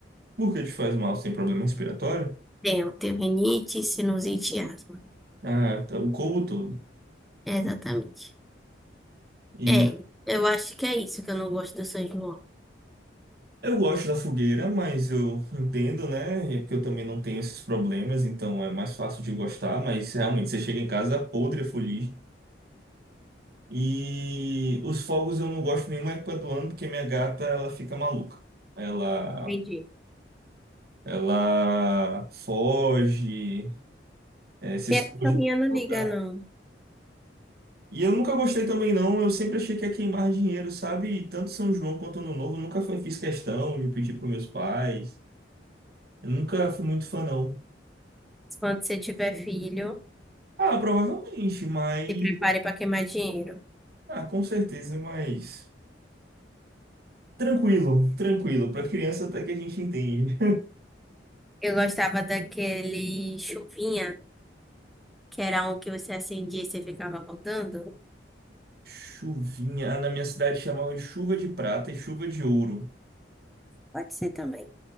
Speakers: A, on the right; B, in the centre.
A: Por que te faz mal? Você tem problema respiratório?
B: Tenho, tenho rinite, sinusite e asma.
A: Ah, tá, o combo todo.
B: É, Exatamente.
A: E
B: É, eu acho que é isso que eu não gosto do São João.
A: eu gosto da fogueira, mas eu entendo, né? É Porque eu também não tenho esses problemas, então é mais fácil de gostar. Mas realmente, você chega em casa podre, feliz. E os fogos eu não gosto nenhuma época do ano porque minha gata ela fica maluca. Ela
B: Entendi.
A: ela foge, eh, se
B: Minha
A: esconde
B: cachorrinha
A: em qualquer
B: não liga,
A: lugar.
B: não.
A: E eu nunca gostei também não, eu sempre achei que ia queimar dinheiro, sabe? E tanto São João quanto Ano Novo, eu nunca foi, fiz questão de pedir para meus pais. Eu nunca fui muito fã não.
B: Quando você tiver filho,
A: Ah, provavelmente, mas
B: se prepare para queimar dinheiro.
A: ah, com certeza, mas tranquilo, tranquilo, para criança até que a gente entende.
B: Eu gostava daquele chuvinha, que era um que você acendia e você ficava rodando.
A: Chuvinha. Ah, Na minha cidade chamavam de chuva de prata e chuva de ouro.
B: Pode ser também.